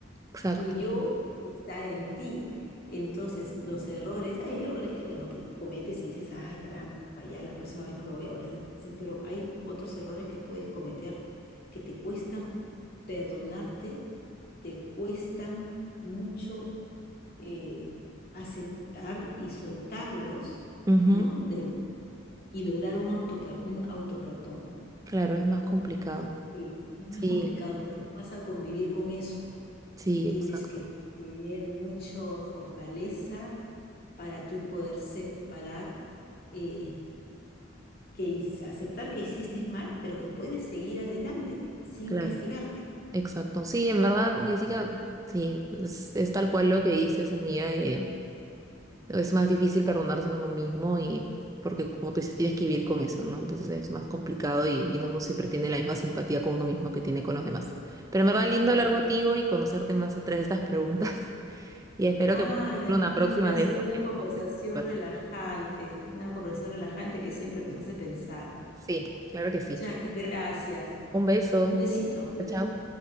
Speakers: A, on the right (about 15°); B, on the left (about 50°).
A: Exacto.
B: tu yo está en ti. Entonces, los errores, hay errores que, bueno, que tú cometes y dices, ay, caramba, ya la próxima vez no lo voy a volver a hacer, pero hay otros errores que puedes cometer que te cuestan perdonarte, te cuestan mucho eh, aceptar y soltarlos,
A: ujú,
B: ¿no? De, y lograr un auto, un autoperdón.
A: Claro, es más complicado.
B: Sí, es más
A: Sí,
B: complicado porque tú vas a convivir con eso
A: sí,
B: y tienes
A: exacto.
B: que tener mucha fortaleza para tú poder separar eh, que his- aceptar que hiciste mal, pero que puedes seguir adelante sin
A: Claro,
B: castigarte.
A: exacto. Sí, en verdad, Jessica, sí, es, es tal cual lo que dices, amiga. eh, es más difícil perdonarse a uno mismo y porque como tú dices, tienes que vivir con eso, ¿no? Entonces es más complicado y, y no uno siempre tiene la misma simpatía con uno mismo que tiene con los demás. Pero en verdad, lindo hablar
B: Ya.
A: contigo y conocerte más a través de estas preguntas. y espero
B: Ay,
A: que me encuentre
B: amiga,
A: una próxima
B: ha
A: vez
B: sido
A: porque
B: una conversación
A: me gusta súper.
B: relajante, una conversación relajante que siempre nos hace pensar.
A: Sí, claro que sí.
B: Muchas gracias.
A: Un beso.
B: Un besito, cuídate
A: Chao. chao.